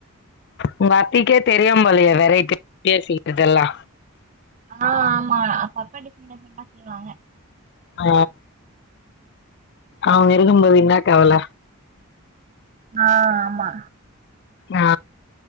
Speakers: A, on the left; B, on the right.
A: உங்க அத்திக்கே தெரியும் போலையே வேரைட்டி வேரைடியா செய்றதெல்லா
B: ஆ ஆமா அப்பப்ப டிப்ரென்ட் டிப்ரென்டா செய்வாங்க
A: ஆ அவுங்க இருக்கும்போது இன்னாக்கவல
B: ஆ ஆமா
A: ஆ